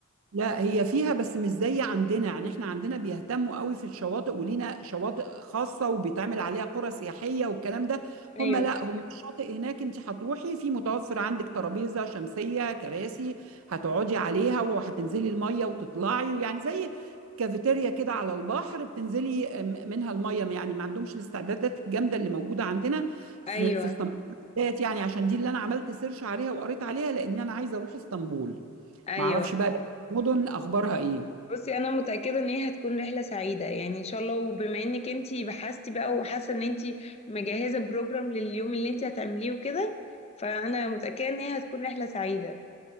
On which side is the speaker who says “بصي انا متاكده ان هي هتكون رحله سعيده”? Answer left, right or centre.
Left